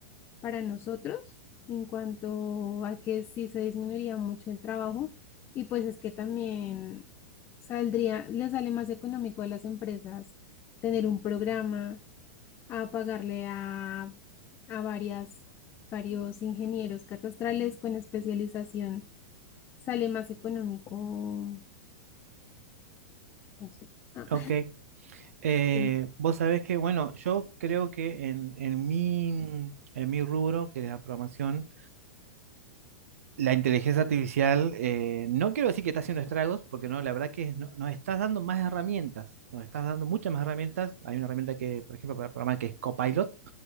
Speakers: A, on the left; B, on the right.
A: para nosotros en cuanto a que sí se disminuiría mucho el trabajo y pues es que también saldría, le sale más económico a las empresas tener un programa a pagarle a, a varias, varios ingenieros catastrales con especialización. Sale más económico. ¿Qué pasó? Ah,
B: Ok. Eh,
A: <laughs> sí.
B: vos sabés que, bueno, yo creo que en, en mi, en mi rubro, que es la programación, la inteligencia artificial, eh, no quiero decir que está haciendo estragos, porque no, la verdad que no- nos estás dando más herramientas, nos estás dando muchas más herramientas. Hay una herramienta que, por ejemplo, para programar que es Copilot,